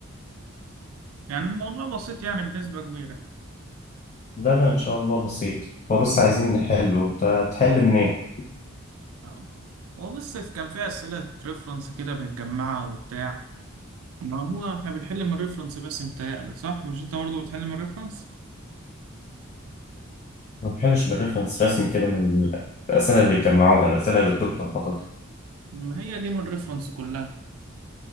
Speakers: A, on the right; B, on the left.
A: يعني الموضوع بسيط يعني بنسبة كبيرة إن
B: ده انا ان شاء الله بسيط هو بس عايزين نحله انت تحل منين
A: شاء الله. هو بس كان فيه أسئلة ريفرنس كده متجمعة وبتاع ما هو احنا بنحل من الريفرنس بس متهيألك صح؟ مش انت برضه بتحل من الريفرنس؟
B: ما تحلش بالريفرنس رسمي كده من ال- الاسئله اللي جمعوها الاسئله اللي الدكتور حاططها
A: ما هي دي من الريفرنس كلها